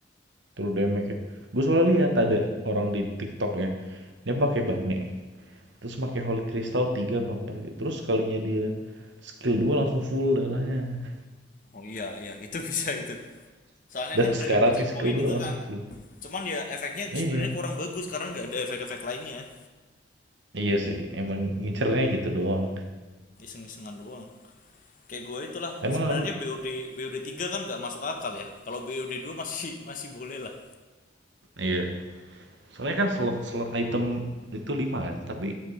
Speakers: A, on the right; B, on the left.
A: True damage ya. Gue soalnya lihat ada orang di TikTok ya. Dia pakai bane. terus pakai holy crystal 3 apa 4 gitu terus kalinya dia skill 2 langsung full darahnya
B: Oh iya iya, <laughs> itu bisa itu.
A: <laughs>
B: Soalnya
A: darah
B: kan
A: sekarat
B: dari magic
A: nih skill
B: point
A: 2
B: itu kan.
A: langsung full
B: Cuman ya efeknya
A: iya
B: sebenarnya kurang bagus karena nggak ada efek-efek lainnya.
A: iya sih emang ngincernya gitu doang
B: Iseng-isengan doang. Kayak gue itulah
A: emang
B: sebenarnya
A: lalu
B: BOD BOD 3 kan nggak masuk akal ya. Kalau BOD 2 masih <laughs> masih boleh lah.
A: iya soalnya kan slot slot item itu 5 kan tapi